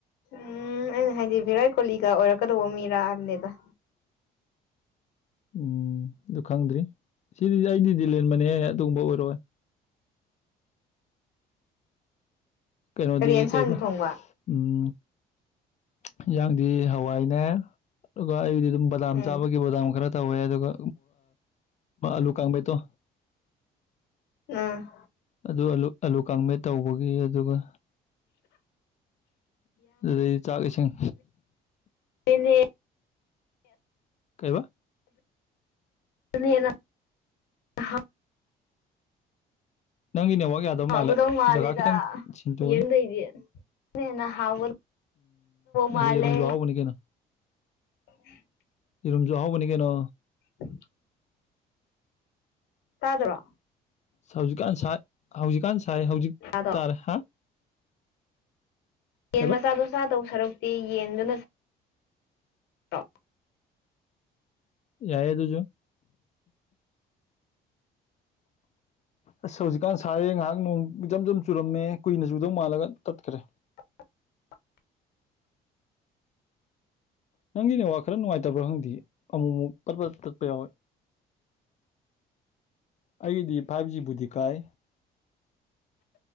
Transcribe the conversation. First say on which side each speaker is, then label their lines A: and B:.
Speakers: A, on the left; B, on the left.
A: ꯎꯝ ꯑꯩꯅ ꯍꯥꯏꯗꯤ ꯚꯤꯔꯥꯠ ꯀꯣꯂꯤꯒ ꯑꯣꯏꯔꯛꯀꯗꯧꯕ ꯃꯤꯔꯥꯕꯅꯦꯗ꯫
B: ꯎꯝ ꯑꯗꯨ ꯈꯪꯗ꯭ꯔꯤ ꯁꯤꯗꯤ ꯑꯩꯗꯤ ꯗꯤꯜ ꯂꯦꯟꯕꯅꯦ ꯑꯗꯨꯒꯨꯝꯕ ꯑꯣꯏꯔꯣꯏ꯫ ꯀꯩꯅꯣꯗꯤ
A: ꯀꯔꯤ ꯑꯦꯟꯁꯥꯡꯗꯤ
B: ꯀꯩꯕ
A: ꯊꯣꯡꯕ
B: ꯎꯝ꯫ ꯍꯟꯌꯥꯥꯡꯗꯤ ꯍꯋꯥꯏꯅꯦ ꯑꯗꯨꯒ ꯑꯩꯗꯤ꯫ ꯑꯗꯨꯝ ꯕꯗꯥꯝ
A: ꯎꯝ
B: ꯆꯥꯕꯒꯤ ꯕꯗꯥꯝ ꯈꯔ ꯇꯧꯋꯦ ꯑꯗꯨꯒ꯫ ꯂꯨ ꯀꯥꯡꯃꯦꯠ ꯇꯣ꯫
A: ꯎꯝ꯫
B: ꯑꯗꯨ ꯑꯂꯨ ꯑꯂꯨ ꯀꯪꯃꯦ ꯇꯧꯕꯒꯤ ꯑꯗꯨꯒ꯫ ꯂꯩ ꯆꯥꯒꯁꯤꯡ꯫
A: ꯑꯅꯦ꯫
B: ꯀꯩꯕ꯫
A: <unintelligible>
B: ꯅꯪꯒꯤ ꯅꯦꯋꯥꯛ ꯌꯥꯗꯕ
A: ꯍꯥꯎꯒꯗꯧ
B: ꯃꯥꯜꯂꯦ
A: ꯃꯥꯜꯂꯦꯗ
B: ꯖꯒꯥ ꯈꯤꯇꯪ ꯁꯤꯟꯗꯣꯛꯑꯅꯦ
A: ꯌꯦꯟꯗꯩꯗꯤ ꯑꯗꯨꯅ ꯍꯦꯟꯅ ꯍꯥꯎꯒꯗꯧꯕ ꯃꯥꯜꯂꯦ
B: ꯎꯝꯔꯝꯁꯨꯎꯕꯅꯤ ꯀꯦꯅ
A: <unintelligible>
B: ꯏꯔꯨꯝꯝꯁꯨꯍꯕꯅꯤ ꯀꯩꯅꯣ
A: ꯎꯝ ꯇꯥꯗ꯭ꯔꯣ
B: ꯍꯧꯖꯤꯛꯀꯥꯟꯥꯏ ꯍꯧꯖꯤꯛꯀꯥꯟ ꯁꯥꯏ ꯍꯧꯖꯤꯛ
A: ꯆꯥꯗꯣ
B: ꯇꯥꯔꯦ ꯍꯥ
A: ꯌꯦꯟ
B: ꯀꯩꯕ
A: ꯃꯆꯥꯗꯨꯣ ꯆꯥꯗꯧ ꯁꯔꯨꯛꯇꯤ ꯌꯦꯟꯗꯨꯅ ꯇ
B: ꯌꯥꯏꯌꯦ ꯇꯨꯁꯨ ꯑꯁ ꯍꯧꯖꯤꯛꯀꯥꯟ ꯁꯥꯥꯏꯔꯦ ꯉꯥꯏꯍꯥꯛ ꯅꯣꯡ ꯏꯆꯝ ꯆꯝ ꯆꯨꯔꯝꯃꯦ ꯀꯨꯏꯅ ꯆꯨꯗꯧ ꯃꯥꯜꯂꯒ ꯀꯠꯈ꯭ꯔꯦ
A: <unintelligible>
B: ꯅꯪꯒꯤꯅꯦ ꯋꯥ ꯈꯔ ꯅꯨꯡꯉꯥꯏꯇꯕ꯭ꯔꯥ ꯈꯪꯗꯦ ꯑꯃꯨꯛ ꯑꯃꯨꯛ ꯀꯠꯄ ꯇꯠꯄ ꯌꯥꯎꯋꯦ ꯑꯩꯒꯤꯗꯤ ꯐꯥꯏꯚ ꯖꯤꯕꯨꯗꯤ ꯀꯥꯏ